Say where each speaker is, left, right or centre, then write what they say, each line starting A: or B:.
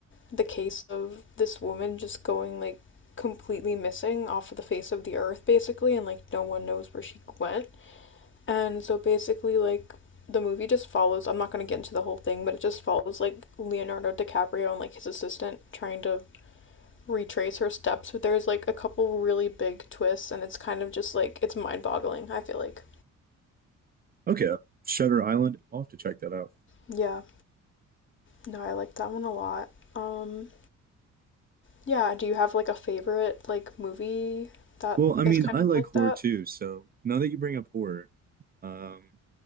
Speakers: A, on the left; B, on the right.
A: the case of this woman just going like completely missing off of the face of the earth basically and like no one knows where she went. And so basically like the movie just follows I'm not going to get into the whole thing, but it just follows like Leonardo DiCaprio and like his assistant trying to retrace her steps, but there's like a couple really big twists, and it's kind of just like it's mind boggling, I feel like.
B: Okay. Shutter Island. I'll have to check that out.
A: Yeah, no, I like that one a lot. Um, yeah, do you have like a favorite like movie that
B: Well, I mean,
A: is kind
B: I
A: of
B: like
A: like
B: horror
A: that?
B: too, so now that you bring up horror, um,